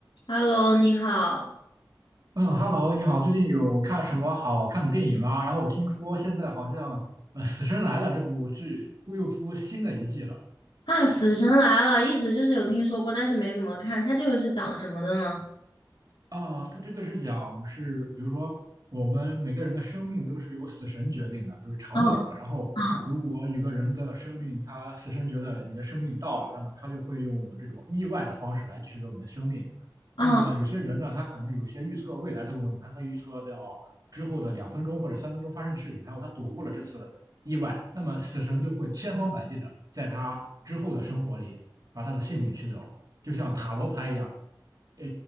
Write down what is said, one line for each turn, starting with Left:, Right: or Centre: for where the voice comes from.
Left: Hello，你好
Right: 嗯，Hello，你好，最近有看什么好看的电影吗？然后我听说现在好像呃，《死神来了》这部剧出又出新的一季了。
Left: 啊！死神来了，一直就是有听说过，但是没怎么看。它这个是讲什么的呢？
Right: 啊，他这个是讲是，比如说我们每个人的生命都是由死神决定的，就是长短嘛。
Left: 嗯
Right: 然后，
Left: 嗯
Right: 如果一个人的生命，他死神觉得你的生命到了，那么他就会用这种意外的方式来取走你的生命。
Left: 嗯
Right: 那么有些人呢，他可能有一些预测未来的功能，他可以预测到之后的两分钟或者三分钟发生的事情，然后他躲过了这次意外，那么死神就会千方百计的在他之后的生活里把他的性命取走，就像塔罗牌一样。呃，